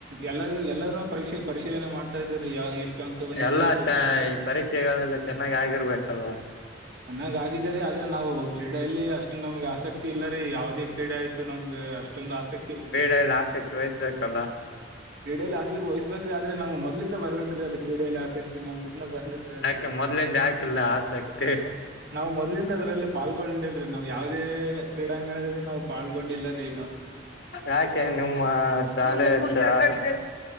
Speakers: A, on the right; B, on the left.
A: ಎಲ್ಲರಿಗೂ ಎಲ್ಲರ್ನು ಪರಿಕ್ಷ ಪರಿಶೀಲನೆ ಮಾಡ್ತಾ ಇದಾರಿ ಎಷ್ಟು ಅಂಕ ಬಂದಿದೆ
B: ಎಲ್ಲಾ
A: ಎಷ್ಟು
B: ಚ
A: ಇಲ್ಲ ಅಂತ
B: ಈ ಪರೀಕ್ಷೆಗಳೆಲ್ಲ ಚೆನ್ನಾಗಿ ಆಗಿರ್ಬೇಕಲ್ವಾ.
A: ಚೆನ್ನಾಗ್ ಆಗಿದೆರಿ ಆದ್ರೆ ನಾವು ಕ್ರೀಡೆಯಲ್ಲಿ ಅಷ್ಟು ನಮ್ಗೆ ಆಸಕ್ತಿ ಇಲ್ಲರಿ ಯಾವದೇ ಕ್ರೀಡೆ ಆಯ್ತು ನಮ್ಗೆ ಅಷ್ಟೊಂದು ಆಸಕ್ತಿ ಇಲ್ರಿ.
B: ಹೇ ಲಾ ಸೆಕ್ ತೋಯಿಸ್ಬೇಕಲ್ಲ
A: ಕ್ರೀಡೆಯಲ್ಲಿ ಆಸಕ್ತಿ ವಹಿಸ್ಬೇಕ್ರಿ ಆದ್ರೆ ನಮಗ ಮೊದ್ಲಿಂದ ಬರ್ಬೇಕರಿ ಅದ ಕ್ರೀಡೆಯಲ್ಲಿ ಆಸಕ್ತಿ ನಮ್ಗ ಇನ್ನ ಬಂದಿಲ್ಲರಿ
B: ಯಾಕೆ ಮೊದ್ಲಿಂದ ಯಾಕಿಲ್ಲ ಆಸಕ್ತಿ
A: ನಾವ್ ಮೊದ್ಲಿಂದ ಅದ್ರಲ್ಲಿ ಪಾಲ್ಗೊಂಡಲ್ರಿ ನಾವ್ ಯಾವದೇ ಕ್ರೀಡಾಂಗಣದಲ್ಲಿ ನಾವು ಪಾಲ್ಗೊಂಡ್ ಇಲ್ಲರಿ
B: ಯಾಕೆ ನಿಮ್ಮ ಸಾಲೆ ಸಾಲ್